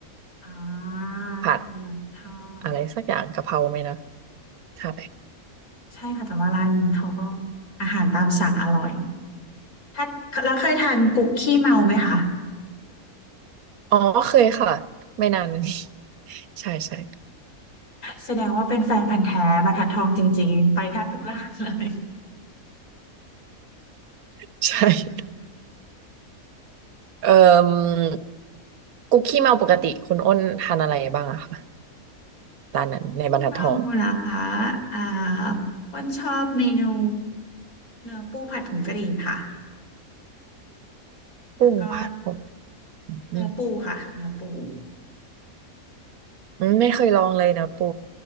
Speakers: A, on the left; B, on the right.
A: อ่า
B: ผัด
A: ไข่หมึกทอด
B: อะไรสักอย่างกะเพราไหมนะใช่
A: ใช่ค่ะแต่ว่าร้านนี้เขาก็อาหารตามสั่งอร่อยถ้าแล้วเคยทานกุ๊กขี้เมาไหมคะ
B: อ๋อเคยค่ะไม่นานมานี้ <laughs> ใช่ใช่
A: แสดงว่าเป็นแฟนพันธุ์แท้บรรทัดทองจริงๆไปแทบทุกร้านเลยโอเคค่ะ
B: ใช่เอ่กุ๊กขี้เมาปกติคุณอ้นทานอะไรบ้างอะคะร้านนั้นในบรรทัดทอง
A: ขี้เมาเหรอคะอ่าอ้วันชอบเมนูเนื้อปูผัดผงกะหรี่ค่ะแล้วก็
B: กุ้งผัดผ อืม
A: เนื้อปูค่ะเนื้อปู
B: อืมไม่เคยลองเลยนะปู